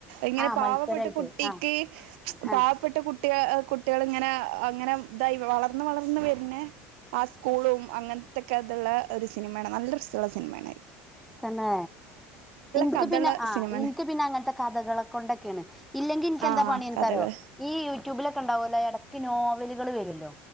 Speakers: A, on the right; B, in the centre.
A: ഇങ്ങനെ
B: ആ
A: പാവപ്പെട്ട
B: മത്സരായിട്ട്
A: കുട്ടിക്ക്
B: ആ ആ
A: പാവപ്പെട്ട കുട്ടികൾ കുട്ടികളിങ്ങനെ അങ്ങനെ ഇതായി വളർന്ന് വളർന്ന് വരുന്നേ ആ സ്കൂളും അങ്ങനത്ത <unintelligible> ഒരു സിനിമയാണ് നല്ലരസള്ള സിനിമ ആണ്
B: തന്നെ എനിക്ക്
A: കഥയുള്ള
B: പിന്നെ ആ
A: സിനിമയാണ്
B: എനിക്ക് പിന്നെ അങ്ങനത്തെ കഥകള് കൊണ്ടൊക്കെയാണ് ഇല്ലെങ്കിൽ എനിക്കെന്താ
A: ആ
B: പണി അന്ക്ക്അറിയോ
A: കഥകള്
B: ഈ യൂട്യൂബിലൊക്കെ ഉണ്ടാവുമല്ലോ ഇടക്ക് നോവലുകൾ വരുല്ലോ